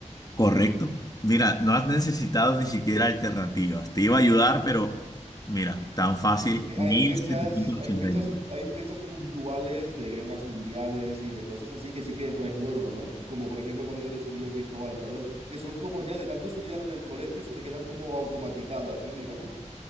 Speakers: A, on the left; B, on the right.
A: Correcto. Mira, no has necesitado ni siquiera alternativas. Te iba a ayudar, pero mira, tan fácil,
B: Es que
A: mil
B: hay fechas,
A: setecientos
B: hay
A: ochenta
B: fechas,
A: y nueve.
B: hay fechas puntuales de guerras mundiales y de cosas así que sí que recuerdo, ¿no? Como por ejemplo cuando descubrió Cristóbal Colón, que son como ya de tanto estudiar en el colegio se te quedan como automatizadas, ¿no? Digamos.